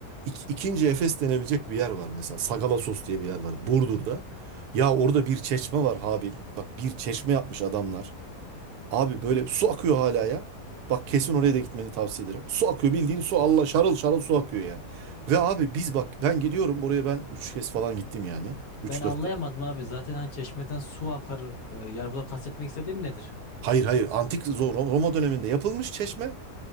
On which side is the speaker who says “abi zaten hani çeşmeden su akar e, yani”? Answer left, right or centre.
Left